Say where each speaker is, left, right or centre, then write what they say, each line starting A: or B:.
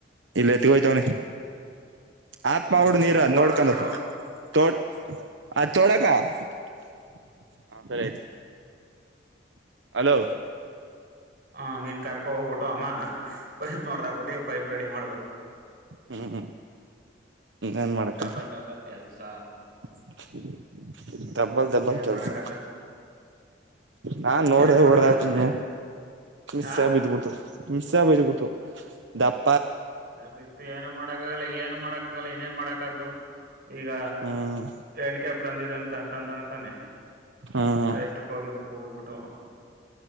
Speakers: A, on the right; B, on the right.
A: ಇಲ್ಲ ಎತ್ತಗೋಯ್ತವನಿ ಆಪ್
B: ನೀವು
A: ಮಾಡು ನೀರ
B: ಈಗ
A: ಅದ್
B: ಹೊಡದಾಕ್ಬಿಟ್ಟು
A: ನೋಡ್ಕೊಂಡು ತೋಡ್ ಅದ್ ತೋಡಕ ಹಾ ಸರಿ ಆಯ್ತು ಹಲೋ
B: ಹಾ ನೀನ್ ಕರ ಕ ಹೋಗ್ಬಿಟ್ಟು ಅಮ್ಮ ಪೈಪ್ ನೋಡ್ದಾಕ್ಬಿಟ್ಟ ಈ ಪೈಪ್ ರೆಡಿ ಮಾಡ್ಬೇಕು
A: ಹ್ಮ್ ಹ್ಮ್ ಏನ್ ಮಾಡಕದ್ದು
B: ಡಬಲ್ ಡಬಲ್ ಕೆಲ್ಸ
A: <inaudible> ಡಬ್ಬಲ್ ಡಬ್ಬಲ್
B: ಏನ್
A: ಕೆಲ್ಸ
B: ಮಾಡಕದ
A: ನಾನ್ ನೋಡ್ದ
B: ಏನ್ ಮಾಡಕದ
A: ಹೊಡೆದಾಕಿದ್ನೋ ಮಿಸ್ಸಾಗ್
B: ಆ
A: ಬಿದ್ಬಿಡ್ತು ಮಿಸ್ಸಾಗ್ ಬಿದ್ಬಿಡ್ತು ದಪ್
B: ಮಿಸ್ಸಾಗ್ ಬಿತ್ತು ಏನು ಮಾಡಕ್ಕಾಗಲ್ಲ ಏನು ಮಾಡಕಾಗಲ್ಲ ಏನ್ ಮಾಡಕದ್ದು ಈಗ
A: ಹ್ಮ್
B: ಎಂಡಿಕ್ಯಾಪ್ ಬಂದಿದೆ ಅಂತ ತಂದನ ತಾನೆ
A: ಹ್ಮ್
B: ಅದು ಎಷ್ಟು ಕೋಗಿದ ಕೋಗಬಿಟ್ಟು ತ